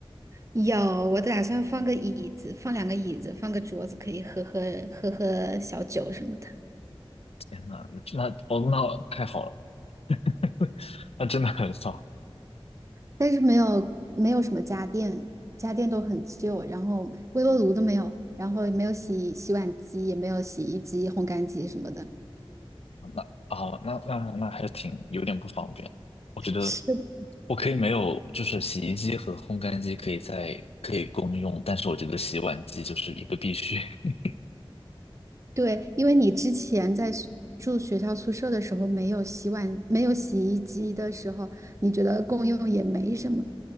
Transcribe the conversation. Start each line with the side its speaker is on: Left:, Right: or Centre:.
Right: 有，我打算放个椅子，放两个椅子，放个桌子，可以喝喝喝喝小酒什么的。
Left: 天呐，那哦，那太好了，<laughs> 那真的很少。
Right: 但是没有没有什么家电，家电都很旧，然后微波炉都没有，然后也没有洗洗碗机，也没有洗衣机、烘干机什么的。
Left: 那啊，那那那还是挺有点不方便。我觉得
Right: 是，
Left: 我可以没有，就是洗衣机和烘干机可以在可以共用，但是我觉得洗碗机就是一个必须。<laughs>
Right: 对，因为你之前在学住学校宿舍的时候，没有洗碗，没有洗衣机的时候，你觉得共用也没什么，